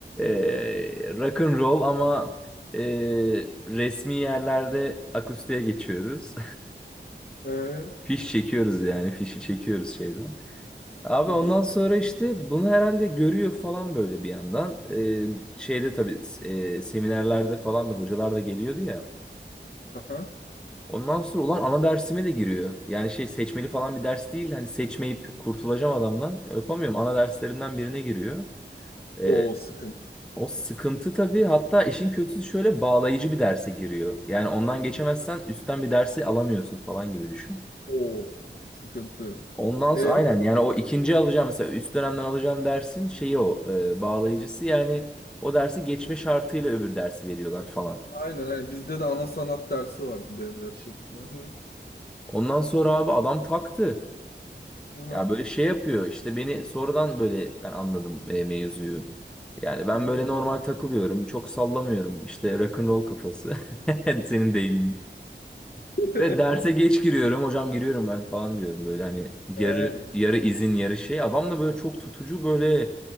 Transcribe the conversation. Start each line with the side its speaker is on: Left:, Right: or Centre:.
Centre: e, rock and roll ama e, resmi yerlerde akustiğe geçiyoruz.
Left: Ee,
Centre: Fiş çekiyoruz yani. Fişi çekiyoruz şeyden. Abi
Left: uhu,
Centre: ondan sonra işte bunu herhalde görüyor falan böyle bir yandan. Ee, şeyde tabii e, seminerlerde falan da hocalar da geliyordu ya.
Left: aha.
Centre: Ondan sonra ulan ana dersime de giriyor. Yani şey seçmeli falan bir ders değil. Hani seçmeyip kurtulacağım adamdan. Yapamıyorum. Ana derslerimden birine giriyor. Ee,
Left: O sıkıntı.
Centre: o sıkıntı tabii. Hatta işin kötüsü şöyle bağlayıcı bir derse giriyor. Yani ondan geçemezsen üstten bir dersi alamıyorsun falan gibi düşün.
Left: O sıkıntı.
Centre: Ondan sonra
Left: E?
Centre: aynen yani o ikinci alacağım mesela üst dönemden alacağım dersin şeyi o e, bağlayıcısı yani o dersi geçme şartıyla öbür dersi veriyorlar falan.
Left: Aynen aynen. Bizde de ana sanat dersi vardı benzer şekilde. Hı hı.
Centre: Ondan sonra abi adam taktı.
Left: Hı hı.
Centre: Ya böyle şey yapıyor işte beni sonradan böyle ben anladım e, mevzuyu. Yani ben
Left: Hı
Centre: böyle normal takılıyorum çok sallamıyorum işte rock'n'roll kafası <laughs> senin deyimin
Left: <laughs>
Centre: Ve derse geç giriyorum hocam giriyorum ben falan diyorum böyle hani yarı
Left: Ha,
Centre: yarı izin yarı şey adam da böyle çok tutucu böyle